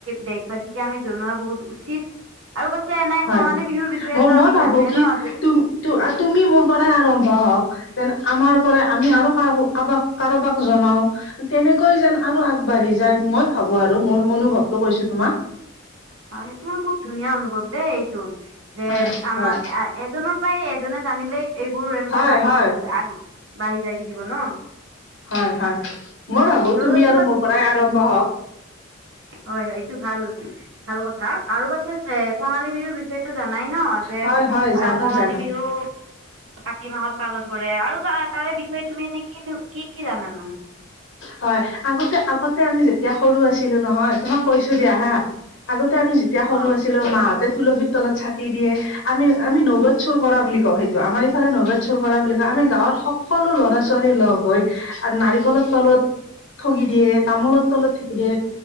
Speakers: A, on the right; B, on the left.
A: দেশবাসীকে আমি জনোৱা বহুত উচিত। আৰু পাছে এনে
B: হয়,
A: কঙালী বিহুৰ বিষয়েতো
B: মই মই
A: আমি
B: ভাবো
A: জানোৱে
B: কি
A: ন যে
B: তুম তুমি মোৰ পৰাই আৰম্ভ হওক। যেন আমাৰ পৰা আমি আৰু কাৰ কাৰোবাক কাৰোবাক জনাও তেনেকৈ যেন আৰু আগবাঢ় ঢ়ি যায় মই ভাবো আৰু মোৰ অনুভৱটো কৈছো তোমাক।
A: হয়, সেইটো খুব ধুনীয়া অনুভৱ দেই এইটো। যে
B: হয়
A: আমাৰ
B: হয়
A: এজনৰ পৰাই এজনে জানিলেই এইবোৰ এনেকে
B: হয়
A: বাঢ়ি
B: হয়
A: যাব আৰু। বাঢ়ি যাই থাকিব ন।
B: হয় হয়, মই ভাবো তুমি
A: এইটো
B: আৰু
A: বাছ
B: মোৰ পৰাই আৰম্ভ হওক।
A: হয় হয়, এইটো ভাল ভাল কথা আৰু পাছে এ কঙালী বিহুৰ বিষয়টো জান না ন যে
B: হয়, হয়, জানো
A: কঙালী
B: জানো।
A: বিহু কাতি মাহত। পালন কৰে। আৰু তা-তাৰে বিষয়ে তুমি এনে কি কি কি জানানো?
B: হয়, আগতে আগতে আমি যেতিয়া সৰু আছিলো নহয় তোমাক কৈছো। দিয়া হা আগতে আমি যেতিয়া সৰু
A: হওক
B: আছিলো। মাহতে তুলসীৰ তলত চাকি দিয়ে আমি আমি নবদ চুৰ কৰা বুলি কওঁ সেইটো আমাৰ ইফালে নবদ চুৰ কৰা বুলি কয়। আমি গাঁৱৰ সকলো ল'ৰা-ছোৱালী
A: হয়।
B: লগ হৈ আৰু নাৰিকলৰ তলত। ঠগি দিয়ে, তামোলৰ তলত ঠগি দিয়ে,